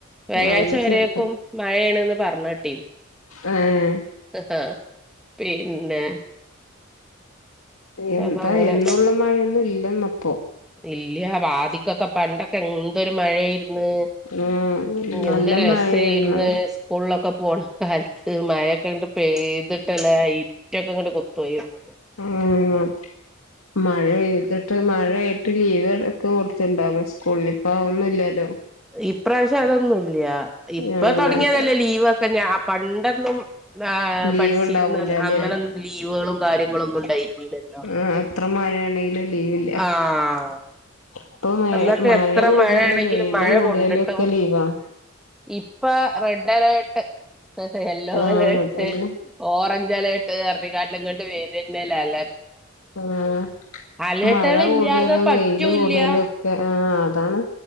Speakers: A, in the centre; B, on the left (about 85°).
A: വ്യാഴാഴ്ച്ചവരെക്കും
B: രാവിലെ ചെറുത
A: മയേണെന്ന് പർഞ്ഞെട്ടീന്ന്
B: ഏഹ്
A: ആഹ് പിന്നെ
B: എന്താ
A: അപ്പൊ അങ്ങനെ
B: എന്നുമ്മള്ള മഴയൊന്നും ഇല്ലന്നപ്പോ
A: ഇല്ല വാദിക്കൊക്കെ പണ്ടൊക്കെ എന്തൊരു മഴയാരുന്ന്
B: ഉം നല്ല
A: എന്താ രസമായിരുന്ന്
B: മഴയായിരുന്നു
A: സ്കൂളിലൊക്കെ പോണം കാലത്ത് മഴൊക്കെ ഇണ്ട് പെയ്തിട്ടല്ലേ കുറ്റക്കെ ഇങ്ങോട്ട് കൊത്തുയിരുന്നു
B: ഉം മഴെ പെയ്തിട്ട് മഴ ആയിട്ട് ലീവ്ക്കെ കൊടുത്തുണ്ടാവുന്നു സ്കൂളിന ഇപ്പഅതൊന്നുമില്ലല്ലോ
A: ഇപ്രാവശ്യം അതൊന്നുല്ല ഇപ്പൊ
B: ആഹ്
A: തുടങ്ങിയതല്ലേ
B: നല്ല
A: ലീവ്ക്കെ ഞാ ആ പണ്ടൊന്നും ആ
B: ലീവ്
A: പഠിച്ചിരുന്ന
B: ഉണ്ടാവൂലല്ലേ
A: അങ്ങനെ ലീവുകളും കാര്യങ്ങള ഒന്നും ഉണ്ടായില്ല ല്ല
B: ആഹ് എത്ര മഴയാണെങ്കിലും ലീവില്ല
A: ആഹ്
B: ഇപ്പൊ മഴ
A: അന്നൊക്കെ
B: മഴ
A: എത്ര
B: കൂടിയാലും
A: മഴയാണെങ്കിലും
B: വെയില്
A: മഴ
B: കൂടിയാലും
A: കൊണ്ടിട്ടും
B: ഒക്കെ ലീവാ
A: ഇപ്പൊ red alert yellow
B: ah
A: alert
B: അതന്നെ
A: ഓറഞ്ച് അലേർട്ട് അറിക്കാട്ട് ഇങ്ങോട്ട് വേരുന്നല അല്ല
B: ആഹ്
A: അലേർട്ടുകൾ
B: മഴ കൂടിയാലും
A: ഇല്ലാതെ പറ്റൂല്ല
B: വെയിൽ കൂടിയാലും ഒക്കെ ആ അതാണ്